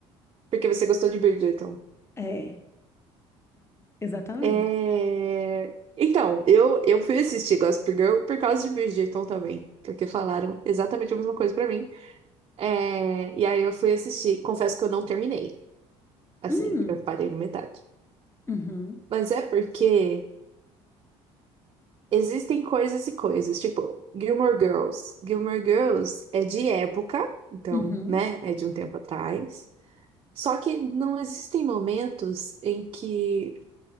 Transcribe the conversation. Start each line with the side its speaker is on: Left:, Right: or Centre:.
Right: porque você gostou de Bridgerton.
Left: É, exatamente.
Right: É... Então, eu, eu fui assistir Gossip Girl por causa de Bridgerton também. Porque falaram exatamente a mesma coisa pra mim. É... E aí eu fui assistir. Confesso que eu não terminei. Assim,
Left: Hum,
Right: eu parei na metade.
Left: uhum,
Right: Mas é porque. Existem coisas e coisas, tipo Gilmore Girls. Gilmore Girls é de época, então,
Left: uhum.
Right: né, é de um tempo atrás. Só que não existem momentos em que